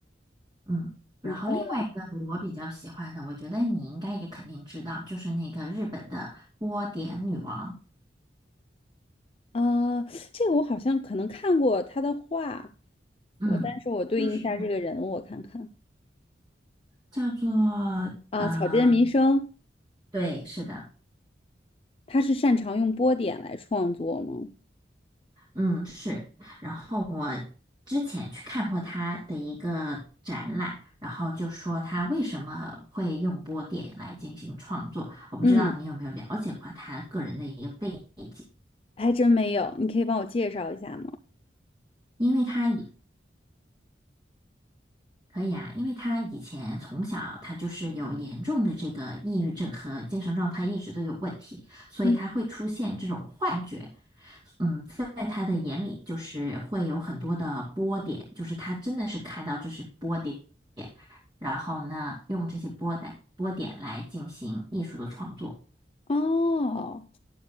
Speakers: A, on the right; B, on the left.
A: 嗯。然后另外一个我比较喜欢的，
B: 挺漂
A: 我觉得你应该也肯定知道，就是那个日本的波点女王，
B: 亮啊，这个我好像可能看过他的画，
A: 嗯，
B: 我但是我对应一下这个人，
A: 就是
B: 我看看
A: 叫做
B: 啊，
A: 呃。
B: 草间弥生，
A: 对，是的，
B: 他是擅长用波点来创作吗？
A: 嗯，是。然后我之前去看过他的一个展览，然后就说他为什么会用波点来进行创作。我不知道你有没有了解过他个人的一个背景，
B: 嗯。还真没有，你可以帮我介绍一下吗？
A: 因为他也可以啊，因为他以前从小他就是有严重的这个抑郁症和精神状态一直都有问题，所以他会出现这种幻觉。
B: 嗯，
A: 嗯，在他的眼里就是会有很多的波点，就是他真的是看到这是波点，然后呢，用这些波带波点来进行艺术的创作。
B: 哦，